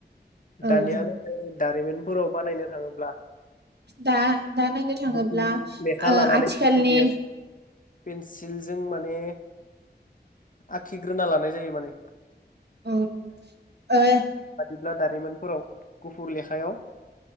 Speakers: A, on the right (about 70°); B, on the left (about 50°).
A: औ
B: दानिया नाथाय दारिमिनफोराव बानायनो थाङोब्ला
A: दा-दा नायनो थाङोब्ला
B: गुफुर लेखा लानानै
A: ओ आथिखालनि
B: बेयाव पेन्सिलजों माने आखिग्रोना लानाय जायो माने
A: उम ओ
B: ब्ला दारिमिनफोराव गुफुर लेखायाव